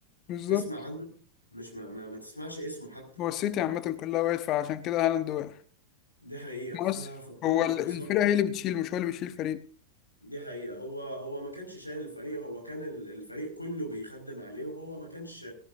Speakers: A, on the left; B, on the left.
A: بالظبط
B: تسمع عنه مش ما, ما, ما تسمعش اسمه حتى
A: هو السيتي عامة كلها وقعت فعشان كده هالاند وقع
B: دي حقيقة
A: مؤثر
B: ف... فبكل
A: هو ال-
B: بساطة
A: الفرقة هي اللي بتشيل مش هو اللي بيشيل فريق
B: دي حقيقة هو هو ما كانش شايل الفريق هو كان ال- الفريق كله بيخدم عليه وهو ما كانش